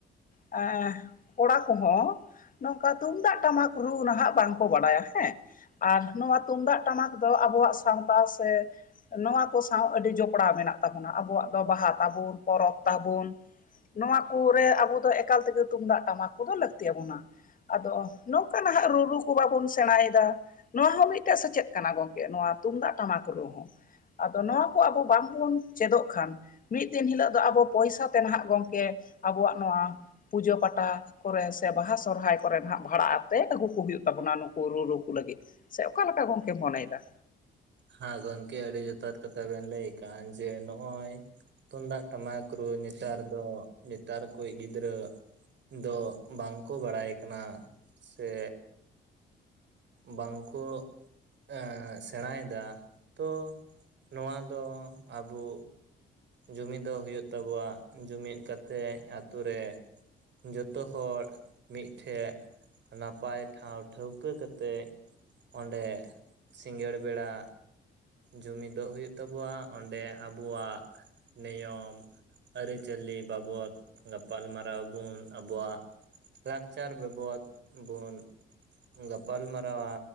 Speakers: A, on the left; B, on the right.
A: ᱮᱸᱻ ᱠᱚᱲᱟ ᱠᱚᱦᱚᱸ ᱱᱚᱝᱠᱟ ᱛᱩᱢᱫᱟᱜ ᱴᱟᱢᱟᱠ ᱨᱩ ᱱᱟᱦᱟᱜ ᱵᱟᱝᱠᱚ ᱵᱟᱲᱟᱭᱟ ᱦᱮᱸ ᱾ ᱟᱨ ᱱᱚᱣᱟ ᱛᱩᱢᱫᱟᱜ ᱴᱟᱢᱟᱠ ᱫᱚ ᱟᱵᱚᱣᱟᱜ ᱥᱟᱶᱛᱟ ᱥᱮ ᱱᱚᱣᱟ ᱠᱚ ᱥᱟᱶ ᱟᱹᱰᱤ ᱡᱚᱯᱲᱟᱣ ᱢᱮᱱᱟᱜ ᱛᱟᱵᱚᱱᱟ ᱾ ᱟᱵᱩᱣᱟᱜ ᱫᱚ ᱵᱟᱦᱟ ᱛᱟᱵᱩᱱ, ᱯᱚᱨᱚᱵᱽ ᱛᱟᱵᱩᱱ ᱱᱚᱣᱟ ᱠᱚᱨᱮ ᱟᱵᱚ ᱫᱚ ᱮᱠᱟᱞ ᱛᱮᱜᱮ ᱛᱩᱢᱫᱟᱜ ᱴᱟᱢᱟᱠ ᱠᱚᱫᱚ ᱞᱟᱹᱠᱛᱤ ᱟᱵᱚᱱᱟ ᱾ ᱟᱫᱚ ᱱᱚᱝᱠᱟ ᱱᱟᱦᱟᱜ ᱨᱩᱨᱩ ᱠᱚ ᱵᱟᱵᱚᱱ ᱥᱮᱸᱲᱟᱭᱮᱫᱟ ᱾ ᱱᱚᱣᱟ ᱦᱚᱸ ᱢᱤᱫᱴᱮᱡ ᱥᱮᱪᱮᱫ ᱠᱟᱱᱟ ᱜᱚᱝᱠᱮ, ᱱᱚᱣᱟ ᱛᱩᱢᱫᱟᱜ ᱴᱟᱢᱟᱠ ᱨᱩ ᱦᱚᱸ ᱾ ᱟᱫᱚ ᱱᱚᱣᱟ ᱠᱚ ᱟᱵᱚ ᱵᱟᱝᱵᱩᱱ ᱪᱮᱫᱚᱜ ᱠᱷᱟᱱ ᱢᱤᱫ ᱫᱤᱱ ᱦᱤᱞᱳᱜ ᱫᱚ ᱟᱵᱚ ᱯᱚᱭᱥᱟ ᱛᱮ ᱦᱟᱸᱜ ᱜᱚᱝᱠᱮ ᱟᱵᱚᱣᱟᱜ ᱱᱚᱣᱟ ᱯᱩᱡᱟᱹ ᱯᱟᱴᱟ ᱠᱚᱨᱮ ᱥᱮ ᱵᱟᱦᱟ ᱥᱚᱨᱦᱟᱭ ᱠᱚᱨᱮ ᱱᱟᱦᱟᱜ ᱵᱷᱟᱲᱟ ᱟᱛᱮ ᱟᱹᱜᱩ ᱠᱚ ᱦᱩᱭᱩᱜ ᱛᱟᱵᱚᱱᱟ ᱱᱩᱠᱩ ᱨᱩ ᱨᱩ ᱠᱚ ᱞᱟᱹᱜᱤᱫ ᱾ ᱥᱮ ᱚᱠᱟ ᱞᱮᱠᱟ ᱜᱚᱝᱠᱮᱢ ᱢᱚᱱᱮᱭᱮᱫᱟ?
B: ᱦᱮᱸ ᱜᱚᱝᱠᱮ, ᱟᱹᱰᱤ ᱡᱚᱛᱷᱟᱛ ᱠᱟᱛᱷᱟ ᱵᱮᱱ ᱞᱟᱹᱭ ᱟᱠᱟᱫ ᱡᱮ ᱱᱚᱜᱼᱚᱭ ᱛᱩᱢᱫᱟᱜ ᱴᱟᱢᱟᱠ ᱨᱩ ᱱᱮᱛᱟᱨ ᱫᱚ ᱱᱮᱛᱟᱨ ᱠᱚᱭᱤᱡ ᱜᱤᱫᱽᱨᱟᱹ ᱫᱚ ᱵᱟᱝ ᱠᱚ ᱵᱟᱲᱟᱭ ᱠᱟᱱᱟ ᱥᱮ ᱵᱟᱝᱠᱚ ᱮᱸ ᱥᱮᱸᱲᱟᱭᱮ ᱫᱟ ᱛᱚ ᱱᱚᱣᱟ ᱫᱚ ᱟᱵᱚ ᱡᱩᱢᱤᱫᱚᱜ ᱦᱩᱭᱩᱜ ᱛᱟᱵᱚᱣᱟ ᱡᱩᱢᱤᱫ ᱠᱟᱛᱮ ᱟᱛᱩ ᱨᱮ ᱡᱚᱛᱚ ᱦᱚᱲ ᱢᱤᱫᱴᱷᱮᱡ ᱱᱟᱯᱟᱭ ᱴᱷᱟᱶ ᱴᱷᱟᱹᱣᱠᱟᱹ ᱠᱟᱛᱮ ᱚᱸᱰᱮ ᱥᱤᱸᱜᱟᱹᱲ ᱵᱮᱲᱟ ᱡᱩᱢᱤᱫᱚᱜ ᱦᱩᱭᱩᱜ ᱛᱟᱵᱚᱣᱟ ᱚᱸᱰᱮ ᱟᱵᱚᱣᱟᱜ ᱱᱤᱭᱚᱢ ᱟᱹᱨᱤᱪᱟᱹᱞᱤ ᱵᱟᱵᱚᱫ ᱜᱟᱯᱟᱞᱢᱟᱨᱟᱣ ᱵᱚᱱ ᱟᱵᱚᱣᱟᱜ ᱞᱟᱠᱪᱟᱨ ᱵᱟᱵᱚᱫ ᱵᱚᱱ ᱜᱟᱯᱟᱞ ᱢᱟᱨᱟᱣᱟ